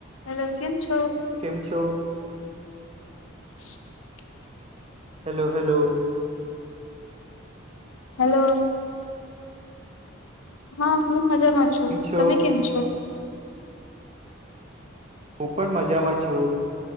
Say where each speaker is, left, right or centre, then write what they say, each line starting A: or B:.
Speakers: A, on the left; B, on the right.
A: Hello same છ
B: તો કેમ છો?
A: <unintelligible>
B: Hello hello.
A: હલો. હા હ. મજામાં છું,
B: કેમ છો
A: તમે કેમ છો?
B: હું, પણ મજામાં છું.